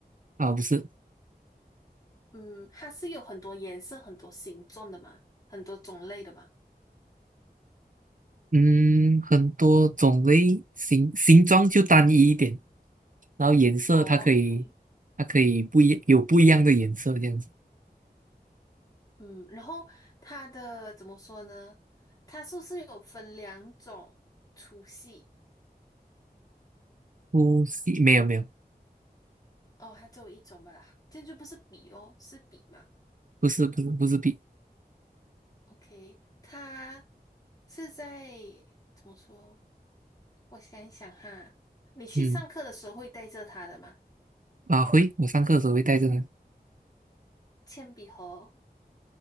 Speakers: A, on the right; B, on the left.
A: 啊，不是，
B: 嗯，它是有很多颜色、很多形状的嘛，很多种类的嘛。
A: 嗯，很多种类形形状就单一一点，然后颜色它可以
B: 哦，OK，
A: 它可以不一有不一样的颜色这样子，
B: 嗯，然后它的怎么说呢？它是不是有分两种粗细？
A: 不是没有没有，
B: 哦，它只有一种吧啦，这样就不是笔哦，是笔嘛
A: 不是不是不是笔，
B: ？OK，它是在怎么说？我想一想哈，你去上课的时候会带着它的吗？
A: 嗯啊会，我上课的时候会带着它，
B: 铅笔盒，